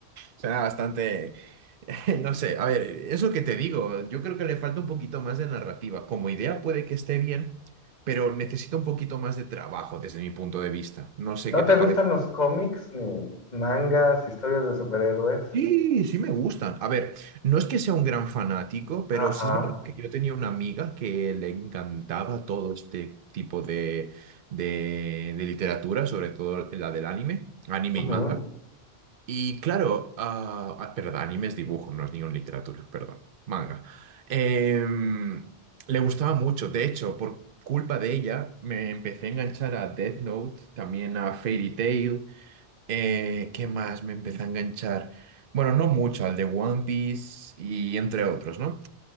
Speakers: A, on the right (about 60°); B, on the left (about 40°).
A: Suena bastante, <laughs> no sé. A ver, es lo que te digo. Yo creo que le falta un poquito más de narrativa. Como idea puede que esté bien, pero necesita un poquito más de trabajo desde mi punto de vista. No sé
B: ¿No
A: qué te
B: te gustan
A: parece.
B: los cómics, ni mangas, historias de superhéroes?
A: Sí, sí me gustan. A ver, no es que sea un gran fanático, pero
B: Ajá.
A: sí es verdad que yo tenía una amiga que le encantaba todo este tipo de, de, de literatura, sobre todo la del anime, anime
B: ujú,
A: y manga. Y claro, ah, ah, perdón, anime es dibujo, no es ni una literatura, perdón, manga. Em, le gustaba mucho, de hecho, por culpa de ella me empecé a enganchar a Death Note, también a Fairy Tail. Eh, ¿qué más me empecé a enganchar? Bueno, no mucho, al de One Piece y entre otros, ¿no?